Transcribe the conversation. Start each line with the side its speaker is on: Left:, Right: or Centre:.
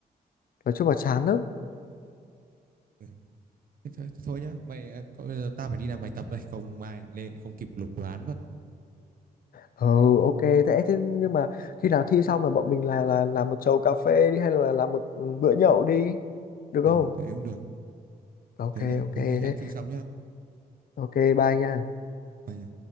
Left: nói chung là chán lắm
Right: ừ. Thế thôi, thế thôi nhá mày à, có- bây giờ ta phải đi làm bài tập đây không mai lên lại không kịp lục đồ án mất
Left: ừ ok thế thế nhưng mà khi nào thi xong là bọn mình là là làm một chầu cà phê đi hay là làm một ừ, bữa nhậu đi được
Right: ừ,
Left: không
Right: thế cũng được
Left: ok
Right: thế nhá
Left: ok
Right: thế
Left: thế
Right: thì hẹn thi xong nhá
Left: ok bye nha
Right: mày nhá.